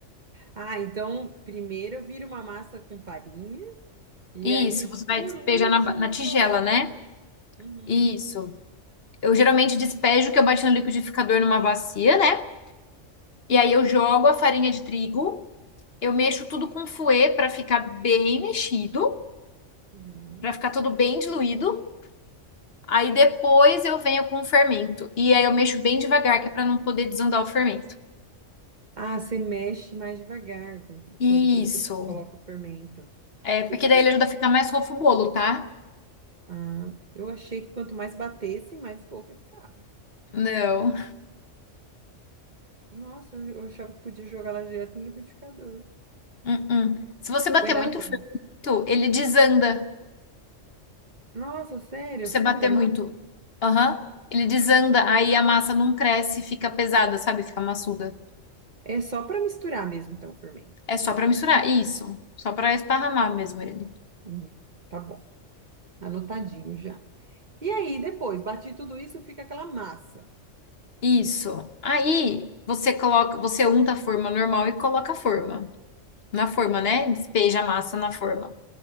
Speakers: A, on the right (about 40°); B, on the left (about 55°).
A: Ah, então primeiro eu viro uma massa com farinha e
B: Isso.
A: aí
B: Você vai
A: por
B: despejar
A: último
B: na, ba- na
A: eu
B: tigela,
A: coloco.
B: né?
A: Uhum,
B: Isso. Eu geralmente despejo o que eu bati no liquidificador numa bacia, né? E aí eu jogo a farinha de trigo, eu mexo tudo com fouet para ficar bem mexido,
A: uhum.
B: para ficar tudo bem diluído. Aí depois eu venho com o fermento. E aí eu mexo bem devagar, que é para não poder desandar o fermento.
A: Ah, você mexe mais devagar com-
B: Isso.
A: com- depois que eu coloco o fermento. O
B: É,
A: que
B: porque
A: que acontece?
B: daí ele ajuda a ficar mais fofo o bolo, tá?
A: Ah, eu achei que quanto mais batesse, mais fofa ficava.
B: Não.
A: Nossa, eu achava que podia jogar ela direto no liquidificador.
B: Uh-uh. Se você bater
A: Põe na
B: muito
A: mão.
B: fermento, ele desanda.
A: Nossa, sério?
B: Se
A: Funda
B: você bater
A: a massa?
B: muito, aham, Ele desanda, aí a massa não cresce, fica pesada, sabe? Fica maçuda.
A: É só para misturar mesmo, então, o fermento.
B: É só para misturar, isso. Só para esparramar mesmo ele.
A: Hum, tá bom. Anotadinho já. E aí, depois, bati tudo isso, fica aquela massa.
B: Isso. Aí você coloca, você unta a forma normal e coloca a forma. Na forma, né? Despeja a massa na forma.